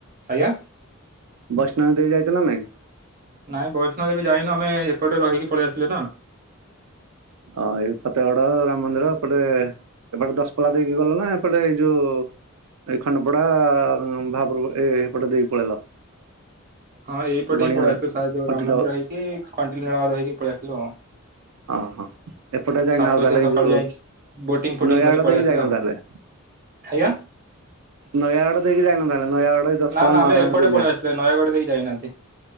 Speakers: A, on the right; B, on the right.
A: ଆଜ୍ଞା!
B: ବସଷ୍ଟାଣ୍ଡରେ ଦେବେ ଯାଇଛ ନା ନାଇଁ?
A: ନାଇଁ ବୈଷ୍ଣ ଏବେ ଯାଇନୁ ଆମେ ଏପଟେ ରହିକି ପଳେଇ ଆସିଲେ ନା।
B: ହଁ ଏଇ ଫତେଗଡ ରାମ ମନ୍ଦିର ଏପଟେ ଏପଟେ ଦଶପଲା ଦେଇକି ଗଲ ନା ଏପଟେ ଏଇ ଯୋଉ ଏଇ ଖଣ୍ଡପଡା ଭାବର ଏ ଏପଟେ ଦେଇକି ପଳେଇଲ
A: ହଁ ଏଇପଟେ
B: ଗଣିଆ
A: ହିଁ ପଳେଇ ଆସିଲୁଉ
B: କଣ୍ଟିଲ
A: ରାମ ମନ୍ଦିର ହେଇକି କଣ୍ଟିଲବାଦ ହେକି ପଳେଇ ଆସିଲୁ ଆଉ
B: ହଁ ହଁ। ଏପଟେ ଯାଇନାଉ
A: ସାତକୋଶିଆ
B: ତାହେଲେ
A: ସକାଳୁ
B: ଏଇ ଯୋଉ
A: ଯାଇକି ବୋଟିଂ ଫୋଟିଂ
B: ନୟ
A: କରି
B: ଆଡ
A: ପଳେଇ
B: ଦେଇକି
A: ଆସିଲେ
B: ଯାଇନ
A: ଆଉ।
B: ତାହେଲେ
A: ଆଜ୍ଞା।
B: ନୟାଗଡ ଦେଇକି ଯାଇନ ତାହେଲେ ନୟାଗଡ ଏଇ ଦଶପଲ୍ଲା
A: ନା ନା
B: ନୂଆ
A: ଆମେ
B: ଗାଁ
A: ଏପଟେ
B: ଦେଇକି
A: ପଳେଇ
B: ଯାଇ
A: ଆସିଲେ, ନୟାଗଡ ଦେଇକ ଯାଇନାହାନ୍ତି।